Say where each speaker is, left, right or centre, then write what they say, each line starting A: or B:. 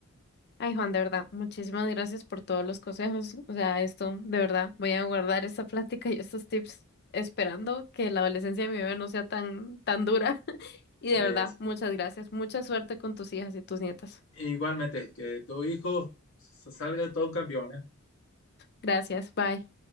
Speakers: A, on the left; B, on the left.
A: Ay, Juan, de verdad, muchísimas gracias por todos los consejos. O sea, esto, de verdad, voy a guardar esta plática y estos tips, esperando que la adolescencia de mi bebé no sea tan, tan dura. <laughs> Y
B: Es-
A: de verdad, muchas gracias. Mucha suerte con tus hijas y tus nietas.
B: igualmente, que tu hijo s- salga todo un campeón, ¿eh?
A: Gracias, bye.